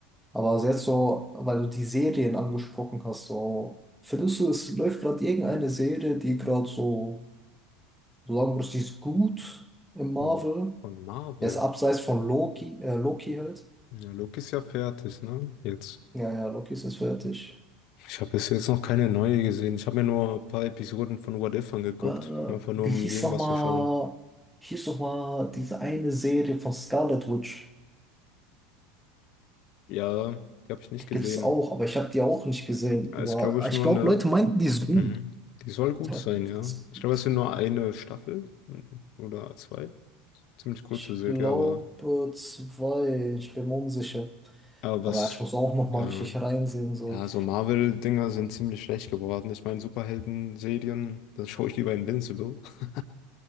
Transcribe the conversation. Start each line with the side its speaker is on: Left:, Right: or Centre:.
Centre: Aber also jetzt so, weil du die Serien angesprochen hast, so, findest du, es läuft gerade irgendeine Serie, die gerade so, so sagen würdest, die ist gut im Marvel?
Left: von, von Marvel.
Centre: Er ist abseits von Loki, äh, Loki halt.
Left: Ja, Luke ist ja fertig, ne? Jetzt.
Centre: Ja, ja, Loki ist jetzt fertig.
Left: Ich habe bis jetzt noch keine neue gesehen. Ich habe mir nur ein paar Episoden von What If angeguckt.
Centre: Äh,
Left: Einfach nur,
Centre: wie
Left: um
Centre: hieß
Left: irgendwas
Centre: nochmal,
Left: zu schauen.
Centre: hieß noch mal diese eine Serie von Scarlet Witch?
Left: Ja, die habe ich nicht
Centre: Die
Left: gesehen.
Centre: gibt's auch, aber ich habe die auch nicht gesehen.
Left: Aber
Centre: Aber
Left: Ist, glaube ich,
Centre: ich
Left: nur
Centre: glaube,
Left: eine.
Centre: Leute meinten, die ist gut.
Left: Mhm. Die soll gut
Centre: meinten,
Left: sein,
Centre: die
Left: ja.
Centre: ist
Left: Ich
Centre: gut.
Left: glaube, es sind nur eine Staffel mhm, oder zwei. Ziemlich kurze
Centre: Ich
Left: Serie,
Centre: glaube
Left: aber.
Centre: zwei, ich bin mir unsicher.
Left: Aber was.
Centre: Aber ich muss auch nochmal
Left: Ja,
Centre: richtig reinsehen, so.
Left: ja so Marvel-Dinger sind ziemlich schlecht geworden. Ich meine, Superhelden-Serien, das schaue ich lieber Invincible. <laughs>